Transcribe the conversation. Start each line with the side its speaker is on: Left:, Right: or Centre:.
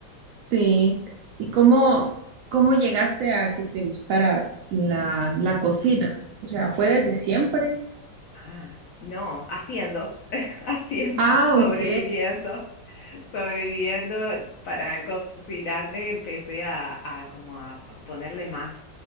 Right: Sí. ¿Y cómo, cómo llegaste a que te gustara la, la cocina? O sea, ¿fue desde siempre?
Left: Ah, no, haciendo, <laughs> haciendo,
Right: Ah,
Left: sobreviviendo,
Right: ok.
Left: sobreviviendo para cocinarme, empecé a, a como a a ponerle más